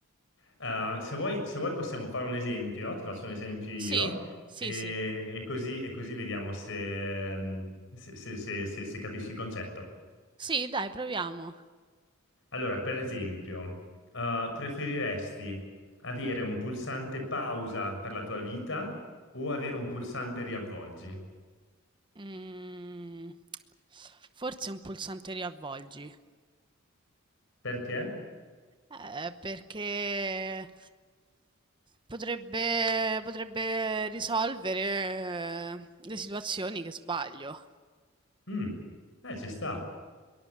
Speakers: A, on the left (about 65°); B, on the right (about 25°).
A: Eh, se vuoi, se vuoi possiamo fare un esempio, ti faccio un esempio io
B: Sì, sì,
A: e,
B: sì.
A: e così, e così vediamo se, mm, se- se- se- se- se capisci il concetto.
B: Sì, dai, proviamo.
A: Allora, per esempio, eh, preferiresti avere un pulsante pausa per la tua vita o avere un pulsante riavvolgi?
B: Mm, forse un pulsante riavvolgi.
A: Perché?
B: Eh, perché potrebbe, potrebbe risolvere eh, le situazioni che sbaglio.
A: Mm, eh, ci
B: Mm,
A: sta.
B: mm.